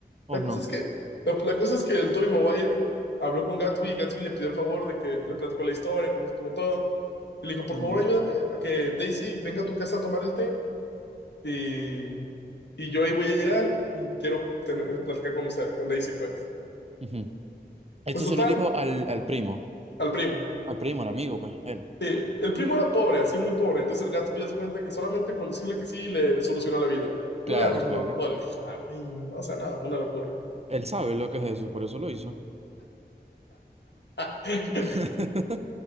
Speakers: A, on the right; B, on the left.
A: o
B: La cosa
A: no?
B: es que, la, la cosa es que el Tobey Maguire habló con Gatsby y Gatsby le pidió el favor de que le platicó la historia, cómo estuvo todo. Y le dijo, por
A: Ujú,
B: favor,
A: no
B: ayúdame a que Daisy venga a tu casa a tomar el té y, y yo ahí voy a llegar y quiero tener- platicar con usted, con Daisy, pues.
A: Ujú. Esto
B: Pues total,
A: se lo dijo al, al primo,
B: al primo.
A: al primo, al amigo, pues, él.
B: Eh, el primo era pobre, así muy pobre, entonces el Gatsby hace cuenta que solamente con decirle que sí le solucionó la vida. Le
A: Claro,
B: arregló
A: claro.
B: todo el jardín, o sea, nada una locura.
A: Él sabe lo que es eso, por eso lo hizo.
B: <laughs>
A: <laughs>